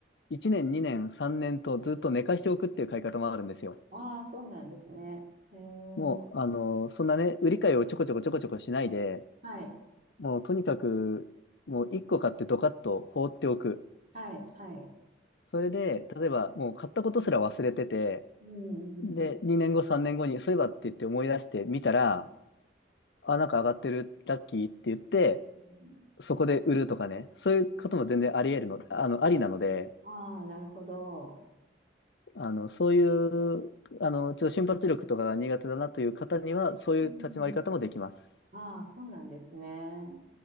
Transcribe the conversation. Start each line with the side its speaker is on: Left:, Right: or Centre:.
Left: 1年、2年、3年とずっと寝かしておくっていう買い方もあるんですよ。
Right: ああ、そうなんですね。えー、
Left: もう、あの、そんなね、売り買いをちょこちょこちょこちょこしないで、
Right: はい、
Left: もうとにかく、もう1個買ってドカッと放っておく。
Right: はい、はい。
Left: それで、例えばもう買ったことすら忘れてて、
Right: うんうん
Left: で、2年後、3年後に、そういえばって言って思い出してみたら、
Right: う
Left: あ、なんか上がってる、ラッキーって言って、
Right: ん。
Left: そこで売るとかね、そういうことも全然あり得るの、あの、ありなので、
Right: ああなるほど。
Left: あの、そういう、あの、ちょっと瞬発力とかが苦手だなという方には、そういう立ち回り方もできます。
Right: うん。ああ、そうなんですね。